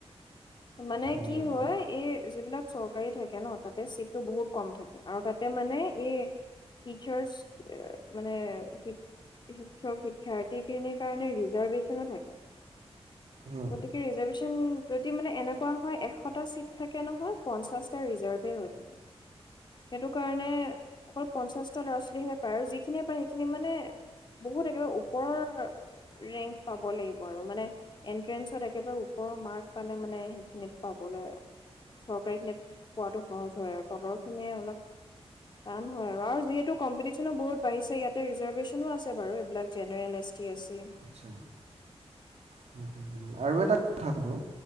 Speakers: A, on the left; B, on the right.
A: মানে
B: অঁ
A: কি হয় এই যিবিলাক চৰকাৰী থাকে ন তাতে চিটটো বহুত কম থাকে আৰু তাত তে মানে এই টিচাৰ্চ। <unintelligible> মানে শিক - শিক্ষক শিক্ষাৰ্থীখিনিৰ কাৰণে ৰিজাৰ্ভেশ্যনো থাকে।
B: হুম,
A: গতিকে ৰিজাৰ্ভেশ্যন যদ <unintelligible> মানে এনেকুৱা হয় এশটা চিট থাকে নহয় পঞ্চাছটা ৰিজাৰ্ভে হৈ থাকে। সেইটো কাৰণে অকল পঞ্চাছটা ল'ৰা ছোৱালীহে পায় আৰু যিখিনিয়ে পায় সেইখিনি মানে বহুত একেবাৰে ওপৰৰ ৰেংক পাব লাগিব আৰু মানে এনট্ৰেন্ঞ্চত একেবাৰে ওপৰৰ মাৰ্ক পালে মানে সেইখিনিত পাবলৈ, চৰকাৰীখিনিত পোৱাটো সহজ হয় আৰু তলৰ খিনিয়ে অলপ টান হয় আৰু আৰু যিহেতু কম্পিটিচনো বহুত বাঢিছে ইয়াতে ৰিজাভেৰ্শ্যনো আছে বাৰু এইবিলাক general, S T, S C
B: আচ্ছা, হম হম হুম। আৰু এটা কথা সুধো?